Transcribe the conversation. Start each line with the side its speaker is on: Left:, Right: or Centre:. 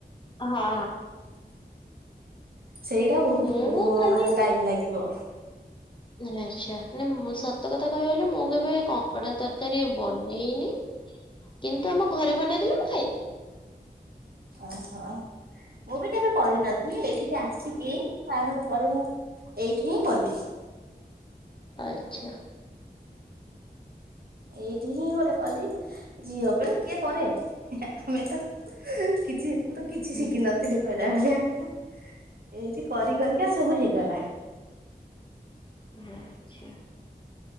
Left: ହଁ।
Right: ସେଇଟା ବହୁତ୍
Left: ମୁଁ
Right: ମାନେ
Left: ଖାଲି
Right: ଟାଇମ୍ ଲାଗିବ।
Left: ଆଚ୍ଛା ନାଇଁ ସତ କଥା କହିବାକୁ ଗଲେ ମୁଁ କେବେ କ କଙ୍କଡ଼ା ତରକାରୀ ବନେଇନି କିନ୍ତୁ ଆମ ଘରେ ବନେଇଦେଲେ ମୁଁ ଖାଇ
Right: ଓହୋ ମୁଁ ବି କେବେ କରିନଥିଲି ଏଇଠିକି ଆସିକି ବାହାଘର ପରେ ମୁଁ ଏଇଠି ହିଁ କଲି।
Left: ଆଚ୍ଛା।
Right: ଏଇଠି ହିଁ ଗୋଟେ କଲି ଝିଅ ବଳେ କିଏ କରେ ଆମେ ତ କିଛି, ମୁଁ ତ କିଛି
Left: ହୁଁ
Right: ଶିଖିନଥିଲି ଘରେ। ରାନ୍ଧିବା, ଏଇଠି କରି କରିକା ସବୁ ହେଇଗଲା।
Left: ଆଛା।